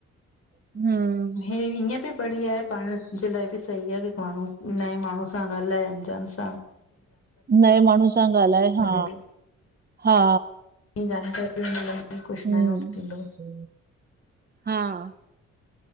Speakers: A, on the right; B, on the left.
A: न।
B: ईंयं बि बढ़िया ए, पांण जे लाए बि सही आहे माण्हूं, नए माण्हूं सां ॻाल्हाए अंजान सां।
A: नए माणुहू सां ॻाल्हाए
B: मिले
A: हा।
B: थी
A: हा,
B: ईअं जानकारी मिलंदी कुझु
A: हम्म।
B: नयो थींदो।
A: हा।